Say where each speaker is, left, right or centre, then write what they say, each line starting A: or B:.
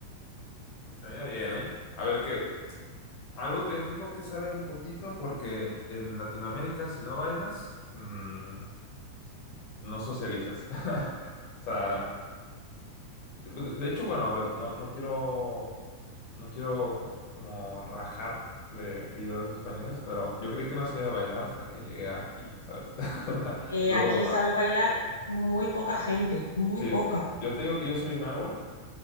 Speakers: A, on the left; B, on the left.
A: estaría bien, ¿eh? A ver, que algo tengo que saber un poquito porque en Latinoamérica si no bailas, mm, no socializas. <laughs> O sea, de, de hecho, bueno, a ver, no, no quiero no quiero como, como rajar de aquellos españoles, pero yo creí que no sabía bailar hasta que llegué aquí, ¿sabes? <laughs> O sea,
B: Eh,
A: Luego,
B: aquí sabe
A: ah,
B: bailar muy poca gente, muy
A: sí,
B: poca.
A: yo te digo que yo soy un árbol,